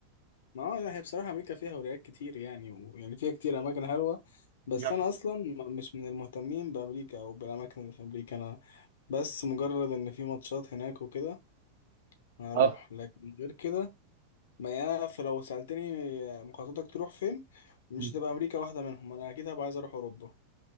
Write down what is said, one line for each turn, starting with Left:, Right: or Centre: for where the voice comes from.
Left: ما هو هي بصراحه امريكا فيها ولايات كتير يعني ويعني فيها كتير اماكن حلوه بس
Right: نعم
Left: انا اصلا م- مش من المهتمين بامريكا او بالاماكن اللي في امريكا انا بس مجرد ان في ماتشات هناك وكده هروح
Right: اه
Left: لكن غير كده ما يا فلو سألتني مخططك تروح فين مش
Right: مم.
Left: هتبقى أمريكا واحدة منهم أنا أكيد هبقى عايز أروح أوروبا